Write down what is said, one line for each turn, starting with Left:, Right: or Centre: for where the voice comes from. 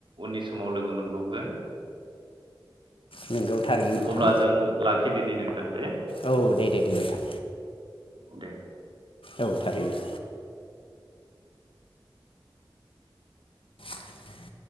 Right: उननि समाव लोगो मोन बावगोन
Left: नोंगौ थारैनो नोंथां
Right: अब्ला जों लाखिदिनि नोंथां दे
Left: औ दे दे दे नोंथां
Right: दे
Left: औ थारैनो <inaudible>